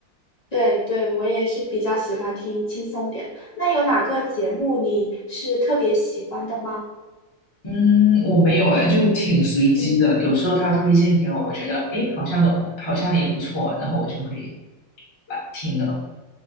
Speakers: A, on the left; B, on the left.
A: 对对，我也是比较喜欢听轻松点。那有哪个节目你是特别喜欢的吗？
B: 嗯，我没有哎，就挺随机的。
A: 嗯，
B: 有时候他推荐给我，我觉得诶，好像的，好像也不错，然后我就会把听了。